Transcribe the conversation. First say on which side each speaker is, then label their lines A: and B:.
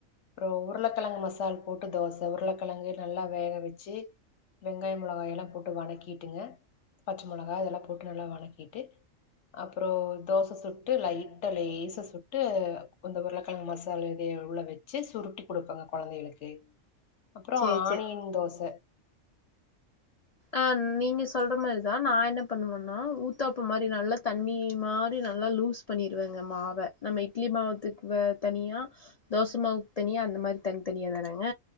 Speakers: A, on the left; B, on the left.
A: அப்புறோ உருளக்கெழங்கு மசால் போட்டு தோச உருளக்கெழங்கு நல்லா வேக வெச்சி வெங்காயொ மொளகாயெல்லா போட்டு வணக்கிட்டுங்க பச்ச மொளகா அதெல்லா போட்டு நல்லா வணக்கிட்டு அப்புறோ தோச சுட்டு லைட் ட்டா லேசா சுட்டு அந்த உருளக்கெழங்கு மசாலா இதைய உள்ள வச்சு சுருட்டி குடுப்பேங்க கொழந்தைகளுக்கு அப்புறொ
B: சேரி
A: ஆணியின்
B: சேரி
A: தோச
B: ஆ நீங்க சொல்ற மாரிதா நா என்ன பண்ணுவன்னா ஊத்தாப்ப மாரி நல்லா தண்ணி மாரி நல்லா லூஸ் பண்ணிருவங்க மாவ நம்ம இட்லி மாவத்துக்கு வ தனியா தோசமாவுக்கு தனியா அந்த மாரி தனித்தனியா தானாங்க